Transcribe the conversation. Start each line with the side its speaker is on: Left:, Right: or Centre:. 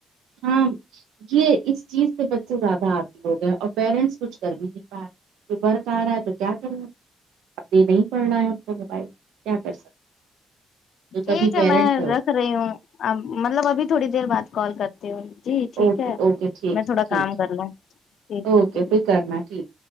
Right: ہاں یہ اس چیز سے بچے زیادہ آتی ہو گئے اور پیرنٹس کچھ کر بھی نہیں پا رہے برک آ رہا ہے تو کیا کرنا اب د نہیں پڑھنا ہے آ کو موبائل کیا کر سکتے تو
Left: ٹھیک
Right: تبھی
Left: ہے
Right: پیرنٹس
Left: میں رکھ رہی ہوں اب مطلب ابھی تھوڑی دیر بعد کال کرتی ہوں جی ٹھیک
Right: اوکے
Left: ہے
Right: اوکے ٹھیک
Left: میں تھوڑا
Right: ہے ٹھیک
Left: کام کر لوں ٹھیک
Right: اوکے
Left: ہے ٹیک
Right: پھر کرنا ٹھیک